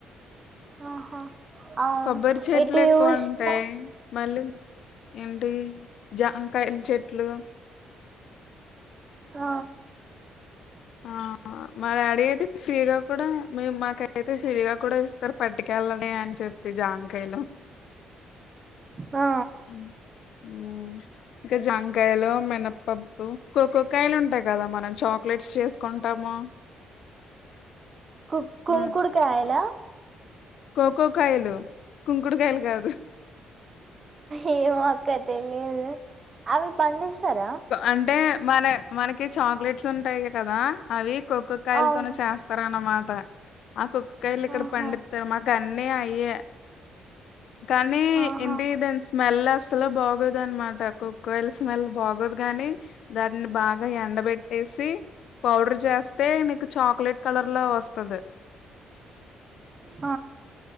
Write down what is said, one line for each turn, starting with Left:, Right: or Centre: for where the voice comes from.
Right: ఆహా అవును
Left: కొబ్బరి చెట్లు
Right: ఏటు
Left: ఎక్కువ
Right: చూశినా
Left: ఉంటాయి మళ్ళీ ఏంటి జామకాయల చెట్లు
Right: ఆ
Left: ఆ మా డాడీ అయితే ఫ్రీగా కూడా మీము మాకైతే ఫ్రీగా కూడా ఇస్తారు పట్టుకెళ్ళవే అని చెప్పి జాంకాయలు
Right: ఆ
Left: మ్మ్ ఉనా ఇంకా జాంకాయలు మినపప్పు కోకోకాయలు ఉంటాయి కదా మనం చాక్లెట్స్ చేసుకుంటాము
Right: కు కుంకుడుకాయలా
Left: ఉమ్, కోకో కాయలు కుంకుడుకాయలుకాదు
Right: ఏమో అక్క తెలిదు అవి పండిస్తారా
Left: అంటే మన మనకి చాక్లెట్స్ ఉంటాయి కదా అవి కోక్కో కాయలతోనే
Right: అవును
Left: చేస్తా అనమాట ఆ కొక్కొకాయలు ఇక్కడ
Right: ఆహా
Left: పండితే మాకు అన్నీ అయే కానీ
Right: ఆహా
Left: ఇండిడేన్స్ స్మెల్ అసలు బాగోదు అనమాట కొక్కో కాయలూ స్మెల్ బాగోదు గాని దాని బాగా ఎండబెట్టేసి పౌడర్ చేస్తే నీకు చాక్లెట్ కలర్ లో వస్తాది
Right: హ